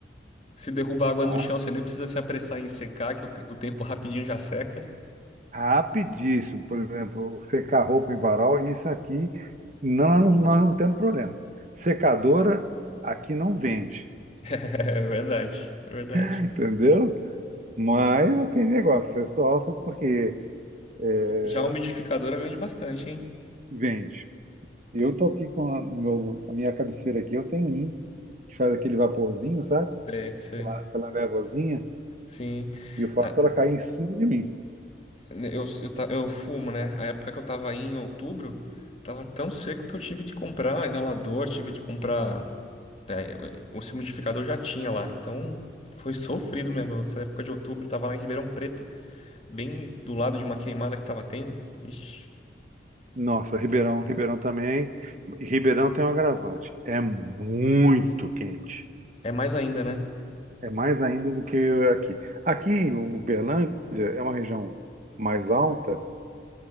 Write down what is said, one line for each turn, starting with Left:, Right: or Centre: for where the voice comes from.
Left: Se derrubar água
Right: tá?
Left: no chão, você nem precisa se apressar em secar, que o, o tempo rapidinho já seca. <laughs>
Right: Rapidíssimo. Por exemplo, secar roupa em varal, isso aqui não, nós não temos problema. Secadora aqui não vende,
Left: É verdade, é verdade.
Right: <laughs> entendeu? Mas
Left: O-
Right: aquele negócio, é só porque é,
Left: Já a umidificadora vende bastante, hein?
Right: vende. Eu tô aqui com a, meu- a minha cabeceira aqui, eu tenho um que faz aquele vaporzinho, sabe?
Left: Sei, sei.
Right: Aquela, aquela névoazinha,
Left: Sim.
Right: e eu faço
Left: Na-
Right: ela cair em cima de mim.
Left: eu, eu, ta- eu fumo, né? A época que eu tava aí em outubro, tava tão seco que eu tive de comprar inalador, tive de comprar É, o o umidificador já tinha lá, então foi sofrido mesmo. Nessa época de outubro, tava lá em Ribeirão Preto, bem do lado de uma queimada que tava tendo. Ixi,
Right: Nossa, Ribeirão, Ribeirão também. E Ribeirão tem um agravante. É muito quente.
Left: é mais ainda, né?
Right: É mais ainda do que aqui. Aqui, o Uberlândia é uma região mais alta,